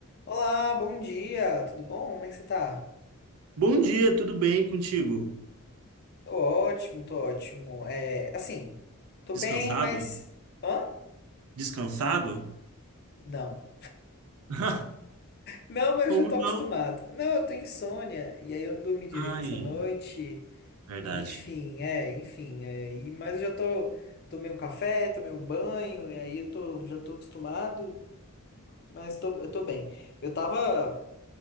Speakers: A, on the left (about 45°); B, on the right (about 75°).
A: Olá, bom dia, tudo bom? Como é que você tá?
B: Bom dia, tudo bem contigo?
A: Tô ótimo, tô ótimo. É, assim, tô bem,
B: Descansado?
A: mas. Hã?
B: Descansado?
A: Não.
B: <laughs>
A: Não, mas
B: Como
A: eu já tô acostumado.
B: não?
A: Não, eu tô insônia, e aí eu não dormi direito
B: Ai,
A: essa noite.
B: verdade.
A: Enfim, é, enfim. É, e- mas eu já tô. Tomei um café, tomei um banho, e aí eu tô, já tô acostumado, mas tô, eu tô bem. Eu tava.